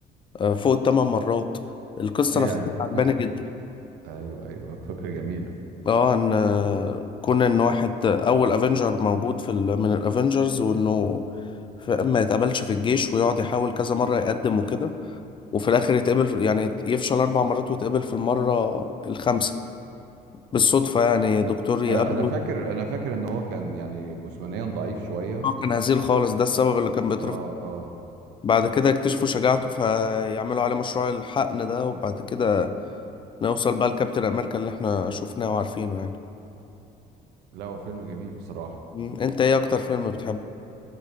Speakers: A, on the left; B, on the right.
A: آه، فوق الثمان مرات القصه
B: إيه
A: نفسها عجباني
B: <laughs>
A: جدا
B: أيوه أيوه فكرة جميلة
A: اه ان آه، كون ان واحد اول افنجر موجود في ال- من الافنجرز وانه ف- ما يتقبلش في الجيش ويقعد يحاول كذا مره يقدم وكده وفي الاخر يتقبل في- يعني يفشل اربع مرات ويتقبل في المره الخامسه بالصدفة يعني دكتور يقابله
B: أنا أنا فاكر أنا فاكر إن هو كان يعني جسمانيا ضعيف شوية
A: هو كان هزيل خالص ده السبب اللي كان بيترفض
B: أه أه
A: بعد كده اكتشفوا شجاعته فيعملوا عليه مشروع الحقن ده وبعد كده نوصل بقى لكابتن أمريكا اللي احنا شفناه وعارفينه يعني
B: لا هو فيلم جميل بصراحة
A: مم. انت ايه أكتر فيلم بتحبه؟